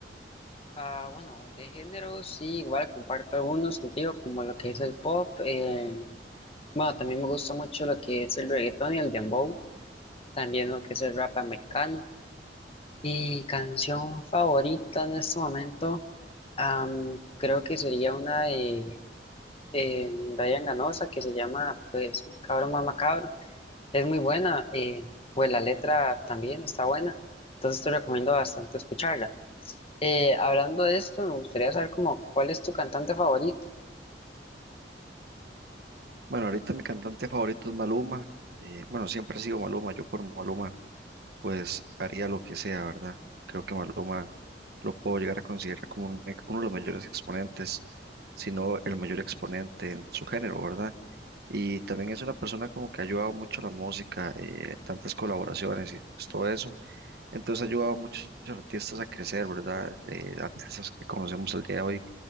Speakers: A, on the left; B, on the right.
A: Ah, bueno, de género sí, igual comparto algunos contigo, como lo que es el pop. eh, bueno, también me gusta mucho lo que es el reggaetón y el dembow, también lo que es el rap americano. Y canción favorita en este momento, am, creo que sería una de eh, Ryan Ganosa que se llama, pues, Cabro Mama Cabro. Es muy buena, eh, pues la letra también está buena, entonces te recomiendo bastante escucharla. Eh, hablando de esto, me gustaría saber como cuál es tu cantante favorito.
B: Bueno, ahorita mi cantante favorito es Maluma. eh, bueno, siempre ha sido Maluma. Yo por Maluma pues haría lo que sea, ¿verdad? Creo que Maluma lo puedo llegar a considerar como un ex- uno de los mayores exponentes, si no el mayor exponente en su género, ¿verdad? Y también es una persona como que ha ayudado mucho a la música, eh, tantas colaboraciones y pues todo eso. Entonces ha ayudado a muchos artistas a crecer, ¿verdad? Eh, artistas que conocemos el día de hoy